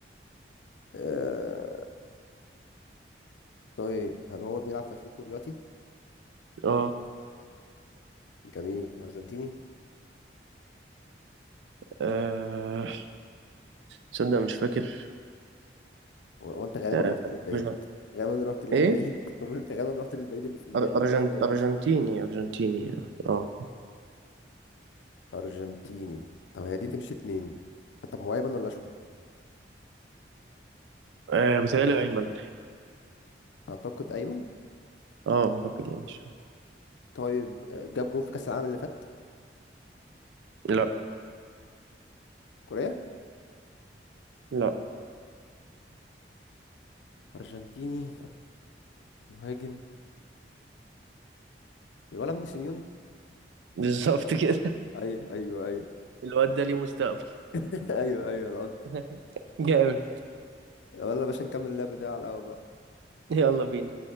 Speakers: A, on the left; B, on the right.
A: آه طيب هل هو بيلعب في أتلتيكو دلوقتي؟
B: اه
A: جميل أرجنتيني
B: آه، تصدق مش فاكر
A: و- وأنت غالبا
B: آه،
A: رحت للبعيد
B: أرجن-
A: غالبا رحت للبعيد
B: ايه
A: <laughs> طب أنت غالبا رحت للبعيد اللي في دماغي
B: أر-
A: مش
B: أرجن...
A: القريب
B: ارجنتيني ارجنتيني اه
A: أرجنتيني طب هي دي تمشي اتنين طب هو أيمن ولا أشول؟
B: آه، بيتهيألي ايمن
A: أعتقد أيمن
B: اه اعتقد يعني مش-
A: طيب آه، جاب جون في كأس العالم اللي فات
B: لا
A: كوريا
B: لا
A: أرجنتيني مهاجم الولد ابن سيميوني
B: بالظبط كده
A: أيوه أيوه أيوه
B: <laughs> الواد ده ليه مستقبل
A: <laughs> أيوه أيوه العض
B: <laughs> جامد
A: يلا يا باشا نكمل اللعب ده على القهوة بقى
B: يلا بينا